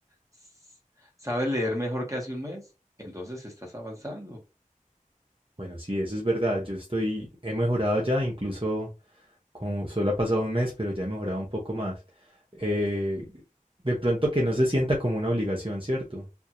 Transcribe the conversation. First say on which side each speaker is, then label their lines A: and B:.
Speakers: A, on the right (about 25°); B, on the right (about 40°).
A: S- ¿Sabes leer mejor que hace un mes? Entonces estás avanzando.
B: Bueno, sí, eso es verdad. Yo estoy, he mejorado ya, incluso como solo ha pasado un mes, pero ya he mejorado un poco más. Eh, de pronto que no se sienta como una obligación, ¿cierto?